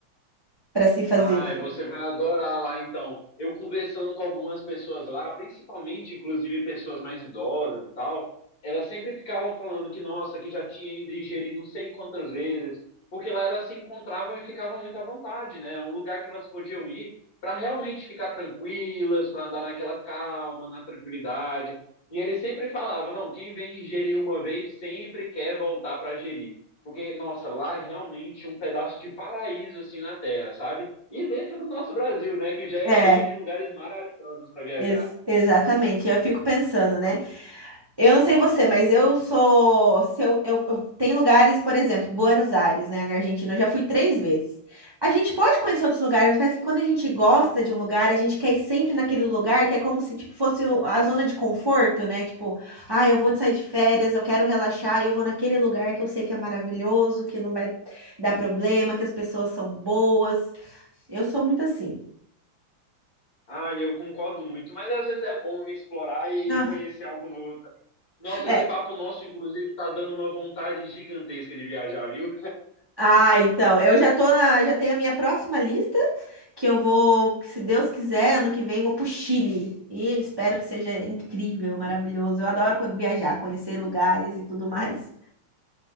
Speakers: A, on the right; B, on the left.
A: para se fazer.
B: Ai, você vai adorar lá então. Eu conversando com algumas pessoas lá, principalmente, inclusive pessoas mais idosas e tal, elas sempre ficavam falando que, nossa, que já tinha ido ingerir não sei quantas vezes, porque lá elas se encontravam e ficavam muito à vontade, né? É Um lugar que elas podiam ir para realmente ficar tranquilas, para andar naquela calma, na tranquilidade. E ele sempre falava, não, quem vem ingerir uma vez sempre quer voltar para gerir. Porque, nossa, lá é realmente um pedaço de paraíso assim na Terra, sabe? E dentro do nosso Brasil, né, que já é
A: É,
B: cheio de lugares maravilhosos para viajar.
A: ex- exatamente. Eu fico pensando, né? Eu não sei você, mas eu sou. Se eu, eu, eu- tem lugares, por exemplo, Buenos Aires, né, na Argentina, eu já fui três vezes. A gente pode conhecer outros lugares, mas parece que quando a gente gosta de um lugar, a gente quer ir sempre naquele lugar que é como se tipo, fosse o- a zona de conforto, né? Tipo, ah, eu vou sair de férias, eu quero relaxar, e eu vou naquele lugar que eu sei que é maravilhoso, que não vai dar problema, que as pessoas são boas. Eu sou muito assim.
B: Ah, eu concordo muito, mas às vezes é bom explorar e
A: Ah,
B: conhecer algo novo. também. Nossa,
A: É.
B: esse papo nosso, inclusive, tá dando uma vontade gigantesca de viajar, viu?
A: Ah, então, eu já tô na, já tenho a minha próxima lista. que eu vou, que se Deus quiser, ano que vem vou pro Chile. E espero que seja incrível, maravilhoso. Eu adoro co- viajar, conhecer lugares e tudo mais.